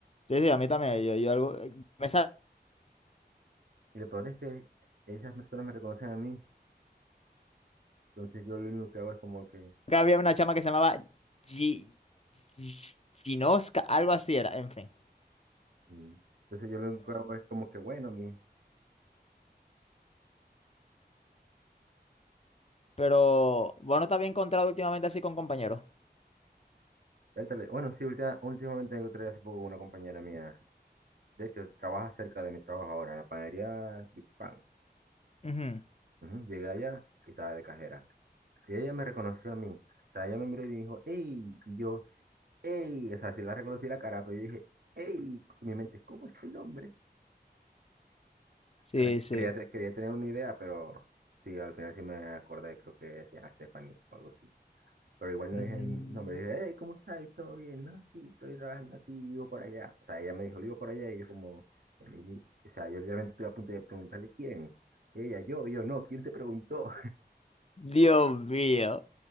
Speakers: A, on the left; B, on the right.
A: sí, sí, a mí también. Yo, yo algo, me sa-
B: Y lo peor es que esas personas me reconocen a mí, entonces yo lo único que hago es como que...
A: acá había una chama que se llamaba Gi- Gi- Ginoska, algo así era, en fin.
B: mm, Entonces yo lo único que hago es como que, bueno, mi...
A: Pero bueno, te había encontrado últimamente así con compañeros.
B: vértale. Bueno, sí, última- últimamente me encontré hace poco con una compañera mía. De hecho, trabaja cerca de mi trabajo ahora, en la panadería Big Pan.
A: Ujú.
B: Ujú, Llegué allá y estaba de cajera. Y ella me reconoció a mí. O sea, ella me miró y dijo, ¡Ey! Y yo, ¡Ey! O sea, sí la reconocí la cara, pero yo dije, ¡Ey! En mi mente, ¿cómo es el nombre?
A: Sí,
B: O sea,
A: sí.
B: quería, te- quería tener una idea, pero sí, al final sí me acordé, creo que se Stephanie o algo así. Pero igual no
A: Mm.
B: dije el nombre, dije, ¡Hey! ¿Cómo estás? ¿Y todo bien? No, sí, estoy trabajando aquí, vivo por allá. O sea, ella me dijo, vivo por allá, y yo como, o sea, yo literalmente estuve a punto de preguntarle quién. Y ella, yo, y yo, no, ¿quién te preguntó?
A: Dios mío.